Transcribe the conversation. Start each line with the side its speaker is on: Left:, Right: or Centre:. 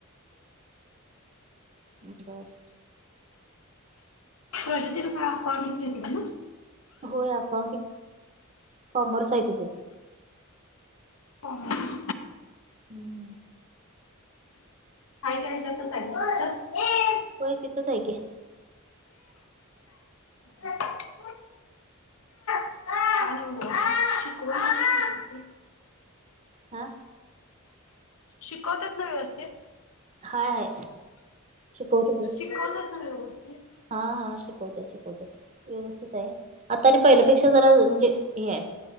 Right: बर.
Left: <unintelligible>
Right: होय अकाउंटिंग. कॉमर्स आहे तिचं.
Left: कॉमर्स
Right: हम्म.
Left: <unintelligible>
Right: होय तिथंच हाय की.
Left: छान आहे मग शिकवण पण छान आहे व्यवस्थित.
Right: हा?
Left: शिकवतात ना व्यवस्थित?
Right: हांय हांय शिकवतांत.
Left: शिकवतांत नां व्यवस्थित.
Right: हां हां शिकवतांत शिकवतांत. व्यवस्थित आहे आंता आणि पहिल्यांपेक्षा जरां म्हणजे हे आहे.